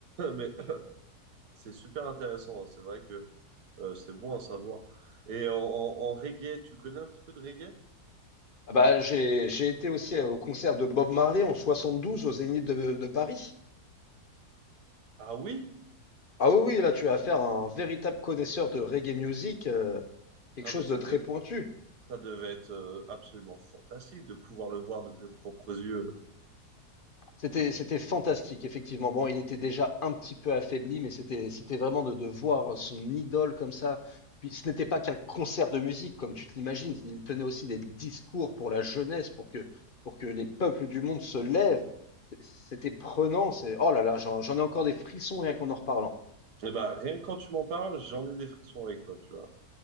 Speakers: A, on the right; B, on the left.
A: <laughs> Mais C'est super intéressant, hein. C'est vrai que euh, c'est bon à savoir. Et en, en, en reggae, tu connais un petit peu de reggae?
B: Ah bah, j'ai j'ai été aussi au concert de Bob Marley en 72 au Zénith de de Paris.
A: Ah oui?
B: Ah oui, oui, là tu as affaire à un véritable connaisseur de reggae music, euh, quelque
A: Ah
B: chose
A: mais ça,
B: de très
A: de,
B: pointu.
A: ça devait être euh, absolument fantastique de pouvoir le voir de tes propres yeux.
B: C'était, c'était fantastique, effectivement. Bon, il était déjà un petit peu affaibli, mais c'était, c'était vraiment de, de voir son idole comme ça. Puis ce n'était pas qu'un concert de musique, comme tu te l'imagines. Il tenait aussi des discours pour la jeunesse, pour que, pour que les peuples du monde se lèvent. C- C'était prenant. C'est, oh là là, j'en, j'en ai encore des frissons rien qu'en en reparlant.
A: Et bah rien que quand tu m'en parles, j'en ai des frissons avec toi, tu vois.